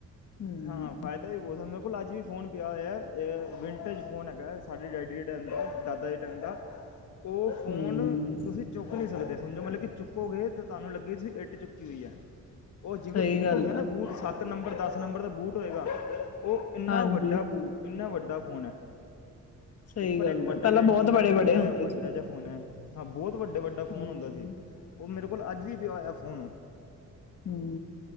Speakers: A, on the left; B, on the left.
A: ਹਮ
B: ਹਾਂ, ਫਾਇਦਾ ਈ ਬੋਤ ਹੁੰਦ, ਮੇਰੇ ਕੋਲ ਅੱਜ ਹੀ ਫੋਨ ਪਿਆ ਹੋਇਐ, ਅ ਵਿੰਟੇਜ ਫੋਨ ਹੈਗਾ ਸਾਡੇ ਡੈਡੀ ਦੇ ਟਾਈਮ ਦਾ, ਦਾਦਾ ਜੀ ਦੇ ਟਾਈਮ ਦਾ। ਉਹ ਫੋਨ
A: ਹਮ
B: ਤੁਸੀ ਚੁੱਕ ਨਹੀਂ ਸਕਦੇ ਸਮਝੋ ਮਤਲਬ ਕਿ ਚੁੱਕ ਚੁੱਕੋਗੇ ਤਾਂ ਤੁਹਾਨੂੰ ਲੱਗੇ ਅਸੀ ਇੱਟ ਚੁੱਕੀ ਹੋਈ ਐ। ਉਹ ਜਿਵੇਂ
A: ਸਹੀ
B: ਬੂਟ
A: ਗੱਲ
B: ਹੁੰਦੇ
A: ਹੈ
B: ਨਾ ਸੱਤ ਨੰਬਰ, ਦਸ ਨੰਬਰ ਦਾ ਬੂਟ ਹੋਏਗਾ। ਉਹ ਇੰਨਾ
A: ਹਾਂਜੀ
B: ਵੱਡਾ ਬੂਟ, ਇੰਨਾ ਵੱਡ ਡਾ ਫੋਨ ਹੈ।
A: ਸਹੀ
B: ਉੱਪਰ
A: ਗੱਲ
B: ਇੱਕ ਵੱਡਾ
A: ਹੈ ਪਹਿਲਾਂ
B: ਜਿਆ ਐੰਟੀਨਾ
A: ਬਹੁਤ ਬੜੇ
B: ਲੱਗਿਆ
A: ਬੜੇ ਹੁੰਦੇ
B: ਇਐ, ਵੱਡਾ
A: ਸੀ
B: ਜਿਹਾ ਫੋਨ ਐ। ਹਾਂ ਬੋਤ ਵੱਡਾ-ਵੱਡਾ ਫੋਨ
A: ਹਮ
B: ਹੁੰਦਾ ਸੀ। ਉਹ ਮੇਰੇ ਕੁੱਲ ਅੱਜ ਈ ਪਿਆ ਹੋਇਆ ਫੋਨ ਉਹ।
A: ਹੂੰ।